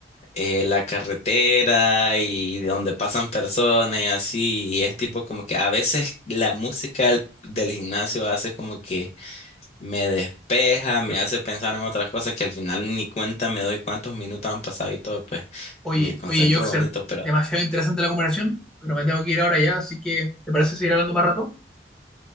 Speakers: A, on the left; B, in the centre.
A: eh, la carretera y donde pasan personas y así. Y es tipo como que a veces la música del, del gimnasio hace como que me despeja, me hace pensar en otras cosas que al final ni cuenta me doy cuántos minutos han pasado y todo, pues
B: Oye,
A: me concentro
B: oye, Joxer,
A: bonito. Pero
B: demasiado interesante la conversación, pero me tengo que ir ahora ya, así que ¿te parece seguir hablando más rato?